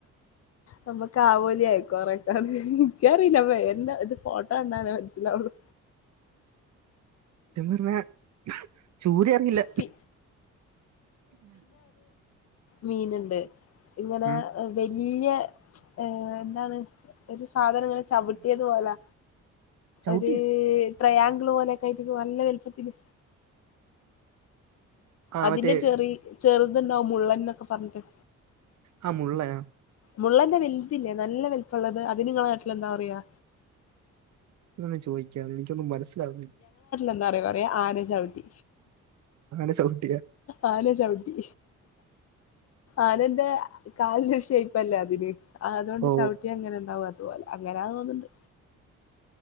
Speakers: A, on the left (about 55°); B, on the right (about 65°).
A: ഞമ്മക്ക് ആവോലി, അയിക്കോറേ ന്താന്ന് ഇൻക്കറിയില്ല എന്താഇത് ഫോട്ടോ കണ്ടാലേ മനസിലാവോള്ളൂ
B: പറഞ്ഞേ ചൂര അറിയില്ല
A: പി മീൻണ്ട് ഇങ്ങനെ
B: ഉം.
A: വല്യ ഏ എന്താണ് ഒരു സാധനം ഇങ്ങനെ ചവിട്ടിയതു പോലെ
B: ചവിട്ടിയോ?
A: ഒരു ട്രയാംഗിൾ പോലെക്കെ ആയിട്ട് നല്ല വലുപ്പത്തില്
B: ആ
A: അതിന്റെ
B: മറ്റേ
A: ചെറീ ചെറുതുണ്ടാവും മുള്ളൻന്നൊക്കെ പറഞ്ഞിട്ട്
B: ആ മുള്ളൻ
A: മുള്ളന്റെ വലുതില്ലേ നല്ല വലുപ്പമുള്ളത് അതിനങ്ങളെ നാട്ടിൽ എന്താ പറയാ?
B: ഇതൊന്നും ചോദിക്കാതെ എനിക്കൊന്നും മനസ്സിലാവുന്നില്ല.
A: എന്താറിയോ പറയാ ആന ചവിട്ടി.
B: ആന ചവിട്ടിയാ?
A: ആന ചവിട്ടി ആനന്റെ കാൽന്റെ ഷേപ്പല്ലേ അതിന് അതൊണ്ട്
B: ഓ
A: ചവിട്ടിയാങ്ങനെ ഇണ്ടാവും അത്പോലെ അങ്ങനാന്ന് തോന്നുണ്ട്